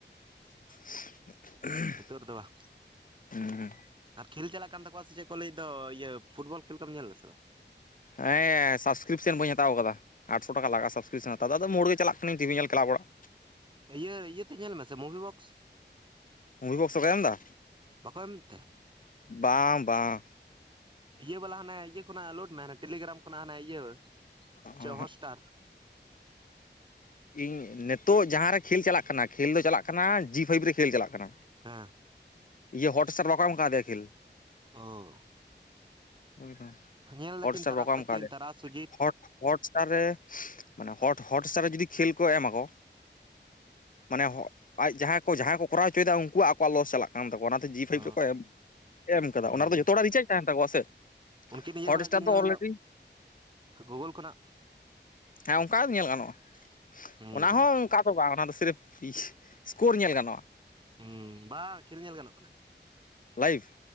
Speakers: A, on the left; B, on the right.
A: <unintelligible>
B: ᱦᱮᱛᱳᱜ ᱨᱮᱫᱚ ᱵᱟᱝ
A: ᱩᱸ
B: ᱟᱨ ᱠᱷᱮᱞ ᱪᱟᱞᱟᱜ ᱠᱟᱱ ᱛᱟᱠᱚᱣᱟ ᱥᱮ ᱪᱮᱫ ᱠᱚ ᱞᱟᱹᱭ ᱫᱚ ᱤᱭᱟᱹ ᱯᱷᱩᱴᱵᱚᱞ ᱠᱷᱮᱞ ᱠᱚᱢ ᱧᱮᱞ ᱫᱟᱥᱮ ᱵᱟᱝ
A: ᱦᱮᱸ ᱥᱟᱵᱥᱠᱨᱤᱯᱥᱮᱱ ᱵᱟᱹᱧ ᱦᱟᱛᱟᱣ ᱠᱟᱫᱟ ᱟᱴᱥᱚ ᱴᱠᱟ ᱞᱟᱜᱼᱟ ᱥᱟᱵᱥᱠᱨᱤᱯᱥᱚᱱ ᱦᱟᱛᱟᱣ ᱫᱚ ᱟᱫᱚ ᱢᱳᱲ ᱜᱮ ᱪᱟᱞᱟᱜ ᱠᱟᱹᱱᱟᱹᱧ ᱴᱤᱵᱷᱤ ᱧᱮᱞ ᱠᱮᱞᱟᱵ ᱚᱲᱟᱜ
B: ᱤᱭᱟᱹ ᱤᱭᱟᱹᱛᱮ ᱧᱮᱞ ᱢᱮᱥᱮ ᱢᱩᱵᱷᱤ ᱵᱚᱠᱥ
A: ᱢᱩᱵᱷᱤ ᱵᱚᱠᱥ ᱨᱮᱠᱚ ᱮᱢ ᱫᱟ?
B: ᱵᱟᱠᱚ ᱮᱢ ᱛᱮ
A: ᱵᱟᱸᱝ ᱵᱟᱸᱝ
B: ᱤᱭᱟᱹ ᱵᱟᱞᱟ ᱦᱟᱱᱮ ᱤᱭᱟᱹ ᱠᱷᱚᱱᱟᱜ ᱞᱳᱰ ᱢᱮ ᱦᱟᱱᱮ ᱴᱮᱞᱤᱜᱮᱨᱟᱢ ᱠᱷᱚᱱᱟᱜ ᱦᱟᱱᱮ ᱤᱭᱟᱹ
A: ᱚᱸᱦᱚᱸᱜ
B: ᱪᱮᱫ ᱦᱚᱥᱴᱟᱨ᱾
A: ᱤᱧ ᱱᱤᱛᱳᱜ ᱡᱟᱦᱟᱸ ᱨᱮ ᱠᱷᱮᱞ ᱪᱟᱞᱟᱜ ᱠᱟᱱᱟ ᱠᱷᱮᱞ ᱫᱚ ᱪᱟᱞᱟᱜ ᱠᱟᱱᱟ ᱡᱤ-ᱯᱷᱟᱭᱤᱯ ᱨᱮ ᱠᱷᱮᱞ ᱪᱟᱞᱟᱜ ᱠᱟᱱᱟ᱾
B: ᱦᱮᱸ
A: ᱤᱭᱟᱹ ᱦᱚᱴᱥ-ᱥᱴᱟᱨ ᱨᱮ ᱵᱟᱠᱚ ᱮᱢ ᱟᱠᱟ ᱫᱮᱭᱟ ᱠᱷᱮᱞ᱾
B: ᱳᱻ
A: ᱩᱱᱤ ᱫᱚ
B: ᱧᱮᱞ ᱫᱟᱹᱠᱤᱱ
A: ᱦᱚᱴᱥᱮᱯ
B: ᱛᱟᱨᱟᱥ
A: ᱵᱟᱠᱚ ᱮᱢ
B: ᱛᱟᱹᱠᱤᱱ
A: ᱠᱟᱣ ᱫᱮᱭᱟ
B: ᱛᱟᱨᱟᱥ ᱥᱩᱡᱤᱛ
A: ᱦᱚᱴᱼᱼ ᱦᱚᱴ ᱥᱴᱟᱨ ᱨᱮ ᱢᱟᱱᱮ ᱦᱚᱴ ᱦᱚᱴᱥ ᱥᱴᱟᱨ ᱨᱮ ᱡᱩᱫᱤ ᱠᱷᱮᱞ ᱠᱚ ᱮᱢ ᱟᱠᱚᱼᱼ ᱢᱟᱱᱮ ᱟᱡ ᱡᱟᱦᱟᱸᱭ ᱠᱚ ᱡᱟᱦᱟᱸᱭ ᱠᱚ ᱡᱚᱨᱟᱣ ᱦᱚᱪᱚᱭᱮᱫᱟ ᱩᱱᱠᱩᱣᱟᱜ ᱟᱠᱚᱣᱟᱜ ᱞᱚᱥ ᱪᱟᱞᱟᱜ-ᱟ᱾ ᱠᱟᱱ ᱛᱟᱠᱚᱣᱟ ᱚᱱᱟᱛᱮ ᱡᱤ ᱯᱷᱟᱭᱤᱵᱽ
B: ᱚ
A: ᱨᱮᱠᱚ ᱮᱢ ᱠᱟᱫᱟ
B: ᱦᱩᱸ
A: ᱚᱱᱟ ᱨᱮᱫᱚ ᱡᱷᱚᱛᱚ ᱦᱚᱲᱟᱜ ᱨᱤᱪᱟᱨᱡᱽ ᱛᱟᱦᱮᱸᱱ ᱛᱟᱠᱚᱣᱟ ᱥᱮ᱾
B: ᱩᱱᱠᱤᱱ ᱤᱭᱟᱹ
A: ᱦᱚᱴᱥᱴᱟᱨ
B: ᱠᱷᱚᱱᱟᱜ ᱜᱮᱠᱤᱱ
A: ᱫᱚ
B: ᱧᱮᱞᱫᱟ
A: ᱚᱞᱨᱮᱰᱤ
B: ᱜᱩᱜᱳᱞ ᱠᱷᱚᱱᱟᱜ᱾
A: ᱦᱮᱸ ᱚᱱᱠᱟ ᱧᱮᱞ ᱜᱟᱱᱚᱜ-ᱟ
B: ᱦᱩᱸ
A: ᱚᱱᱟ ᱦᱚᱸ ᱚᱱᱠᱟᱼᱼ ᱫᱚ ᱵᱟᱝ ᱚᱱᱟ ᱫᱚ ᱥᱮᱨᱯ ᱥᱠᱳᱨ ᱧᱮᱞ ᱜᱟᱱᱚᱜ-ᱟ᱾
B: ᱦᱩᱸ ᱵᱟᱝ ᱠᱷᱮᱞ ᱧᱮᱞ ᱜᱟᱱᱚᱜ-ᱠᱟᱱᱟ᱾
A: ᱞᱟᱭᱤᱵᱷ?